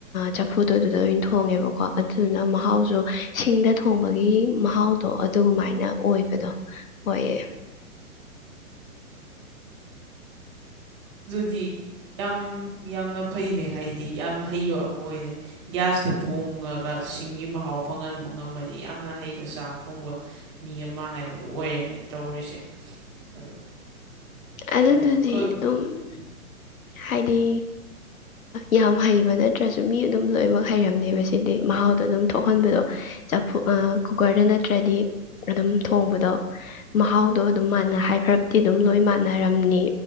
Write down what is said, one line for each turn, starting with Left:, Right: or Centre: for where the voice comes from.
Left: ꯆꯐꯨꯗꯣ ꯑꯗꯨꯗ ꯑꯣꯏꯅ ꯊꯣꯡꯉꯦꯕꯀꯣ ꯑꯗꯨꯗꯨꯅ ꯃꯍꯥꯎꯁꯨ ꯁꯤꯡꯗ ꯊꯣꯡꯕꯒꯤ ꯃꯍꯥꯎꯗꯣ ꯑꯗꯨꯃꯥꯏꯅ ꯑꯣꯏꯕꯗꯣ ꯑꯣꯏꯌꯦ
Centre: ꯑꯗꯨꯗꯤ ꯌꯥꯝ ꯌꯥꯝꯅ ꯐꯩꯅꯦ ꯍꯥꯏꯗꯤ ꯌꯥꯝꯅ ꯍꯩꯕ ꯑꯃ ꯑꯣꯏꯅꯦ ꯒ꯭ꯌꯥꯁꯇ ꯊꯣꯡꯉꯒ ꯁꯤꯡꯒꯤ ꯃꯍꯥꯎ ꯐꯪꯍꯟꯕ ꯉꯝꯃꯗꯤ ꯌꯥꯝꯅ ꯍꯩꯕ ꯆꯥꯛ ꯊꯣꯡꯕ ꯃꯤ ꯑꯃ ꯍꯥꯏꯕꯗꯨ ꯑꯣꯏꯔꯦꯅꯦ ꯇꯧꯔꯤꯁꯦ ꯑꯗꯨ
Left: ꯑꯗꯨꯗꯨꯗꯤ
Centre: ꯀꯩꯅꯣ ꯑꯩꯈꯣꯏ
Left: ꯑꯗꯨꯝ ꯍꯥꯏꯗꯤ ꯌꯥꯝ ꯍꯩꯕ ꯅꯠꯇ꯭ꯔꯁꯨ ꯃꯤ ꯑꯗꯨꯝ ꯂꯣꯏꯅꯃꯛ ꯍꯩꯔꯝꯅꯦꯕ ꯁꯤꯗꯤ ꯃꯍꯥꯎꯗꯣ ꯑꯗꯨꯝ ꯊꯣꯛꯍꯟꯕꯗꯣ ꯆꯐꯨ ꯑ ꯀꯨꯀꯔꯗ ꯅꯠꯇ꯭ꯔꯗꯤ ꯑꯗꯨꯝ ꯊꯣꯡꯕꯗꯣ ꯃꯍꯥꯎꯗꯣ ꯑꯗꯨꯝ ꯃꯥꯥꯟꯅ ꯍꯥꯏ ꯐꯔ꯭ꯠꯇꯤ ꯑꯗꯨꯝ ꯂꯣꯏ ꯃꯥꯟꯅꯔꯝꯅꯤ